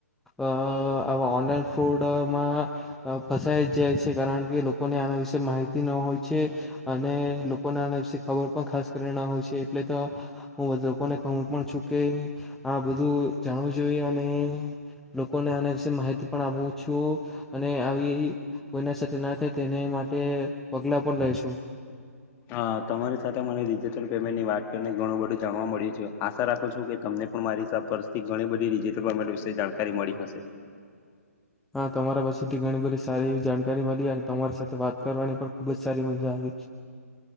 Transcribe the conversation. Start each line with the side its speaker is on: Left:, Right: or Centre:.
Centre: આવા ઓનલાઈન ફ્રોડમાં ફસાઈ જ જાય છે કારણ કે લોકોને આના વિશેે માહિતી ન હોય છે અને લોકોને આના વિશે ખબર પણ ખાસ કરીને ના હોય છે એટલે તો હું બધા લોકોને કહું પણ છું કે આ બધું જાણવું જોઈએ અને લોકોને આના વિશે માહિતી પણ આપું છું અને આવી કોઈના સાથે ના થાય તેને માટે પગલા પણ લઈ છું
Left: હ તમારી સાથે મને ડિજિટલ પેમેન્ટની વાત કરીને ઘણું બધું જાણવા મળ્યું છે આશા રાખું છું કે તમને પણ મારી પર્સથી ઘણી બધી ડિજિટલ પેમેન્ટ વિશે જાણકારી મળી હશે
Centre: હા તમારા પાસેથી ઘણી બધી સારી એવી જાણકારી મળી અને તમારી સાથે વાત કરવાની પણ ખુબ જ સારી મજા આવી